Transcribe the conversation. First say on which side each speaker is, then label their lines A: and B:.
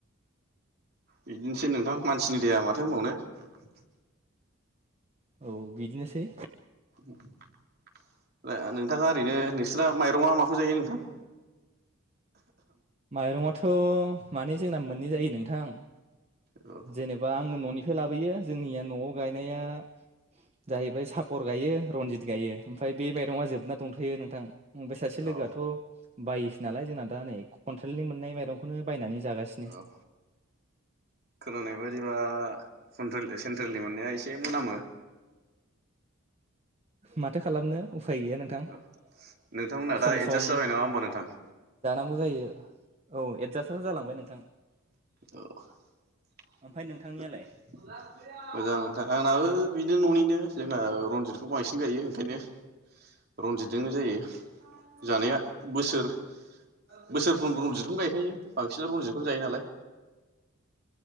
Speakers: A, on the right; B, on the right.
A: बिदिनोसै नोंथां मानसिनि देहा माथो होनबावनो
B: औ बिदिनोसै
A: <unintelligible> नोंथाङा ओरैनो नोंसिना माइरङा माखौ जायो नोंथां?
B: माइरंआथ' माने जोंना मोननै जायो नोंथां
A: औ
B: जेनेबा आङो न'नि खोलाबोयो जोंनिया न'आव गायनाया जाहैबाय सापर गायो रनजित गायो ओमफाय बे माइरङा जोबना दंथ''यो नों थां ओमफाय सासे लोगोआथ'
A: औ
B: बाइस नालाय जोंना दा नै खनथ्रेलनि मोननाय माइरंखौनो बायनानै जा गासिनो
A: औ खोनानाय बादिबा कन्ट्रेल एसेन्ट्रेलनि मोननाया एसे मोनामो
B: माथो खालामनो उफाय गैया नोंथां
A: औ नोंथांमोनहा
B: सम
A: दा एडजास्ट
B: सम
A: जाबाय नामा होमबा नोंथां?
B: <unintelligible> जायो औ एडजास्टआथ' जालांबाय नोंथां
A: <unintelligible>
B: ओमफ्राय नोंथांनियालाय
A: मोजां नोंथां आंनाबो बिनो न'निनो जोंना रनजितखौ बांसिन गायो ओंखायनो रनजितजोंनो जायो जानाया
B: औ
A: बोसोर बोसोरफ्रोमबो रनजितखौनो गायखायो बांसिन रनजितखौनो जायो नालाय।